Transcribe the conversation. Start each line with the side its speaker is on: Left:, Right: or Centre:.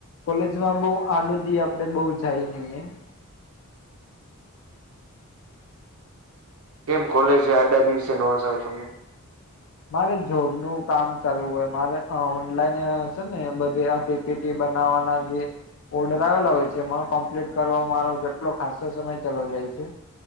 Left: કોલેજમાં બઉ આડો દી આપડે બઉ જાયે નઇ એમ
Right: કેમ કોલેજે આડા દિવસે નો જાવ તમે
Left: મારે જોબ નું કામ ચાલુ હોય મારે અ ઓનલાઈન અ સે ને બધે આપે પીઢી બનાવવાના જે. ઓર્ડર આવેલા હોય છે એમાં કમ્પ્લીટ કરવામાં મારો કેટલો ખાસો સમય ચાલો જાય છે.